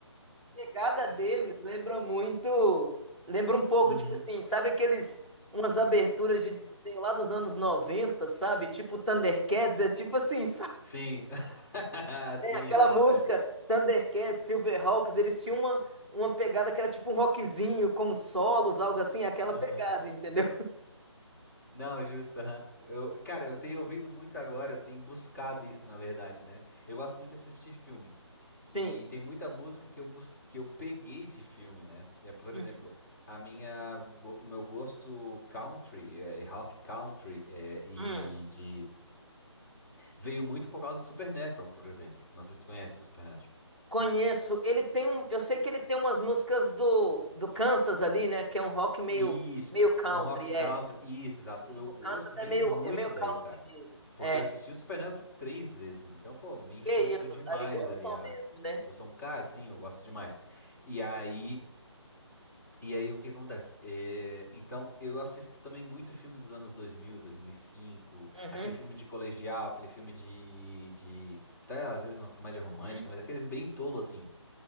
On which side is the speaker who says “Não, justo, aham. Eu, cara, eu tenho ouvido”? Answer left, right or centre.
Left